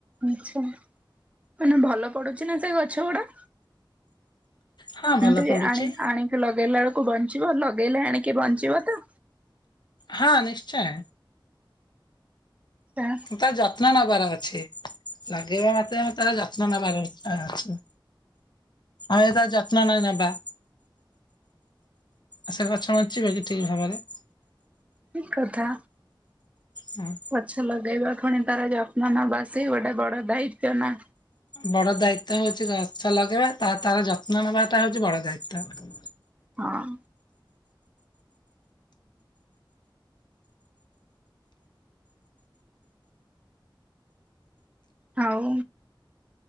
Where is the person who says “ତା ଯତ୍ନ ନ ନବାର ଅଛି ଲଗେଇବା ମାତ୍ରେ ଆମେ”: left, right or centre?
Left